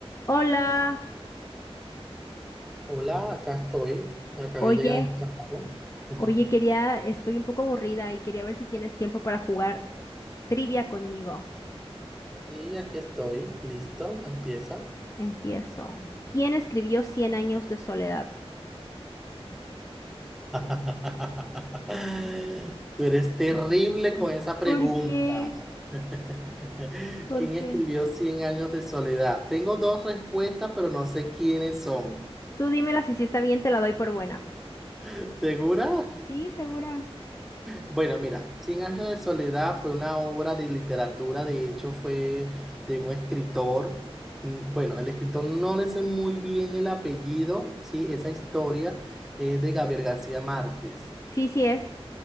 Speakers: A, on the left; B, in the centre.
A: Hola,
B: Hola, acá estoy. Acabé
A: oye,
B: de llegar de mi trabajo. <laughs>
A: oye, quería, estoy un poco aburrida y quería ver si tienes tiempo para jugar trivia conmigo.
B: Y aquí estoy. Listo, empieza.
A: Empiezo. ¿Quién escribió Cien años de soledad?
B: <laughs> Tú eres terrible con esa pregunta.
A: ¿Por qué?
B: <laughs>
A: ¿Por
B: ¿Quién
A: qué?
B: escribió Cien años de soledad? Tengo dos respuestas, pero no sé quiénes son.
A: Tú dímela si sí está bien, te la doy por buena.
B: <laughs> ¿Segura?
A: Sí, segura.
B: Bueno, mira, Cien años de soledad fue una obra de literatura, de hecho fue de un escritor. Mm, Bueno, el escritor no le sé muy bien el apellido, ¿sí? Esa historia es de Gabriel García Márquez.
A: Sí, sí es.